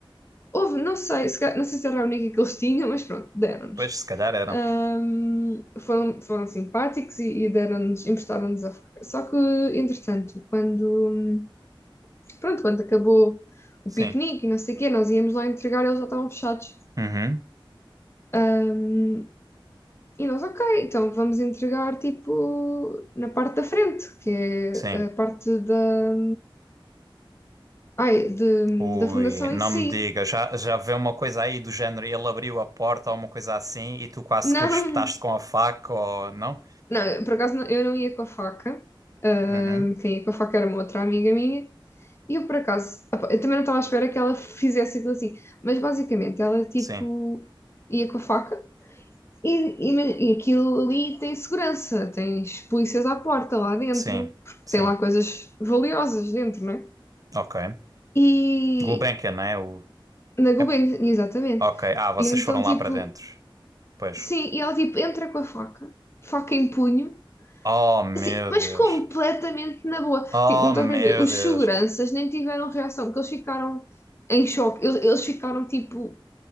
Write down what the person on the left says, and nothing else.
Houve, não sei, se, ca- não sei se era a única que eles tinham, mas pronto, deram-nos.
Ahm, foram, foram simpáticos e, e deram-nos, emprestaram-nos a faca. Só que, entretanto, quando, pronto, quando acabou o
piquenique e não sei o quê, nós íamos lá entregar, eles já estavam fechados.
Ahm, e nós, ok, então vamos entregar, tipo, na parte da frente, que é
a parte da, ai, de-
da fundação
em si.
Não,
Não, eu, por acaso não- eu não ia com a faca. Ahm,
quem ia com a faca era uma outra amiga minha. E eu, por acaso, opa, eu também não estava à espera que ela fizesse aquilo assim. Mas basicamente ela tipo
ia com a faca e, e, ma- e aquilo ali tem segurança, tens polícias à porta lá dentro,
porque
tem lá coisas valiosas dentro, não é?
E
na Gulbenkian,
exatamente.
E então
tipo,
sim, e ela tipo entra com a faca, faca em punho.
Assim, mas
completamente na boa.
Tipo, não estás
bem a ver? Os
seguranças nem tiveram reação, porque eles ficaram em choque. Eles, eles ficaram tipo,